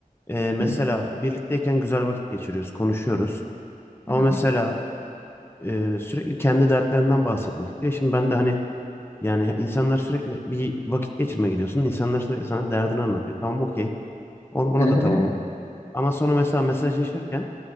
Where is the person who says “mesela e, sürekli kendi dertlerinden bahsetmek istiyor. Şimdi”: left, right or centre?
Left